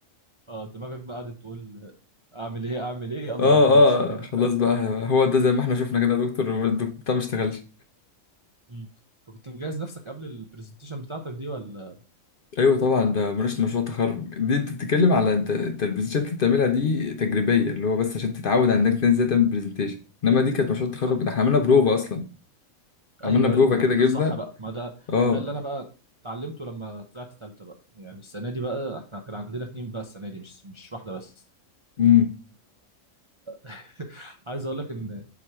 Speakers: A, on the right; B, on the left.
A: اه دماغك بقى قعدت تقول آه، اعمل ايه اعمل ايه يلا
B: اه
A: يا عم نمشي من هنا
B: اه خلاص
A: <laughs>
B: بقى هو ده زي ما احنا شفنا كده يا دكتور هو الدكتور بتاع ما اشتغلش
A: مم. انت كنت مجهز نفسك قبل البرزنتيشن بتاعتك دي ولا
B: ايوه طبعا ده مناقشه مشروع تخرج دي انت بتتكلم على انت انت البرزنتيشن اللي انت بتعملها دي تجريبيه اللي هو بس عشان تتعود على انك تنزل ازاي تعمل برزنتيشن انما دي كانت مشروع
A: بالظبط
B: تخرج ده احنا عملنا بروفا اصلا عملنا
A: ايوه
B: بروفا
A: ايوه ما
B: كده
A: ده
B: جبنا
A: الصح بقى ما ده
B: اه
A: ده اللي انا بقى اتعلمته لما طلعت تالتة بقى يعني السنه دي بقى احنا كان عندنا اتنين بقى السنه دي مش مش واحده بس
B: امم
A: <laughs> عايز اقول لك ان